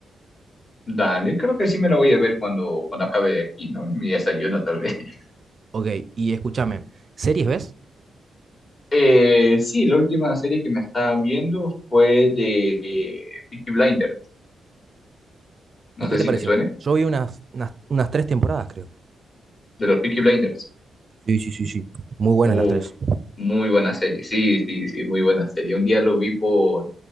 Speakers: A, on the left; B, on the right.
A: Dale, creo que sí me la voy a ver cuando, cuando acabe de aquí, ¿no? Mi desayuno, tal vez. <laughs>
B: Ok, y escúchame, ¿series ves?
A: Eh, sí, la última serie que me estaba viendo fue de eh, Peaky Blinders. No
B: ¿Y qué
A: sé
B: te
A: si
B: pareció?
A: te suene,
B: Yo vi unas, unas, unas tres temporadas, creo.
A: de los Peaky Blinders.
B: Sí, sí, sí, sí. Muy buenas
A: Uf,
B: las tres.
A: Muy buena serie, sí, sí, sí, muy buena serie. Un día lo vi por,